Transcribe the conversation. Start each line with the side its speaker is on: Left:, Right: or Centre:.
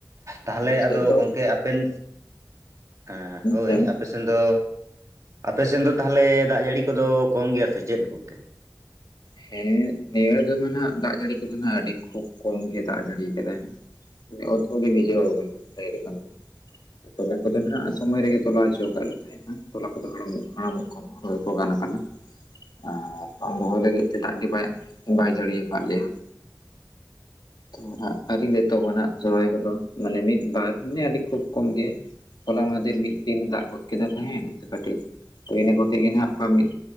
Right: ᱛᱟᱦᱞᱮ
Left: ᱟᱞᱮ
Right: ᱟᱫᱚ
Left: ᱥᱮᱫ ᱫᱚ
Right: ᱜᱚᱝᱠᱮ ᱟᱯᱮᱱ ᱮᱸ ᱦᱳᱭ
Left: ᱦᱮᱸ
Right: ᱟᱯᱮ ᱥ ᱥᱮᱱ ᱫᱚ ᱟᱯᱮ ᱥᱮᱱ ᱫᱚ ᱛᱟᱦᱞᱮ ᱫᱟᱜ ᱡᱟᱹᱲᱤ ᱠᱚᱫᱚ ᱠᱚᱢ ᱜᱮᱭᱟ ᱥᱮ ᱪᱮᱫ ᱜᱚᱝᱠᱮ?
Left: ᱦᱮᱸ ᱱᱤᱭᱟᱹ ᱫᱚᱢᱟ ᱱᱟᱜ ᱫᱟᱜ ᱡᱟᱹᱲᱤ ᱠᱚᱫᱚ ᱱᱟᱜ ᱟᱹᱰᱤ ᱠᱷᱩᱵ ᱠᱚᱢ ᱜᱮ ᱫᱟᱜ ᱡᱟᱹᱲᱤ ᱟᱠᱟᱫᱟᱭ ᱱᱟᱜ ᱢᱟᱱᱮ ᱚᱛ ᱠᱚᱜᱮ ᱵᱷᱤᱡᱟᱹᱣ ᱟᱠᱟᱱᱟ ᱞᱟᱹᱭ ᱞᱮᱠᱷᱟᱱ ᱫᱚ ᱾ ᱛᱚᱞᱟ ᱠᱚᱫᱚ ᱱᱟᱜ
Right: ᱦᱩᱸ
Left: ᱥᱚᱢᱚᱭ ᱨᱮᱜᱮ ᱛᱚᱞᱟ ᱚᱪᱚ ᱟᱠᱟᱫ ᱟᱞᱮ ᱛᱟᱦᱮᱸᱜᱼᱟ ᱾ ᱛᱚᱞᱟ ᱠᱚᱫᱚ ᱦᱟᱲᱟᱢᱚᱜ ᱦᱟᱲᱟᱢᱚᱜ ᱠᱟᱱᱟ ᱨᱚᱦᱚᱭ ᱠᱚ ᱜᱟᱱ ᱟᱠᱟᱱᱟ ᱟᱨ ᱵᱟᱝ ᱨᱚᱦᱚᱭ ᱞᱟᱹᱜᱤᱫ ᱛᱮ ᱫᱟᱜ ᱜᱮ ᱵᱟᱭ ᱵᱟᱭ ᱡᱟᱹᱲᱤ ᱟᱠᱟᱫ ᱞᱮᱭᱟ ᱾ ᱛᱚ ᱱᱟᱜ ᱟᱹᱨᱤ ᱞᱮ ᱮᱛᱚᱦᱚᱵᱟ ᱱᱟᱜ ᱱᱟᱜ ᱨᱚᱦᱚᱭ ᱠᱚᱫᱚ ᱢᱟᱱᱮ ᱢᱤᱫᱵᱟᱨ ᱢᱟᱱᱮ ᱟᱹᱰᱤ ᱠᱷᱩᱵᱽ ᱠᱚᱢ ᱜᱮ ᱦᱚᱞᱟ ᱢᱟᱦᱫᱷᱮᱨ ᱢᱤᱫ ᱫᱤᱱᱮ ᱫᱟᱜ ᱜᱚᱫ ᱠᱮᱫᱟᱭ ᱛᱟᱦᱮᱱ ᱚᱱᱟ ᱛᱮ ᱠᱟᱹᱴᱤᱡ ᱛᱚ ᱤᱱᱟᱹ ᱠᱟᱛᱮ ᱜᱮ ᱱᱟᱜ ᱚᱠᱟ ᱢᱤᱫ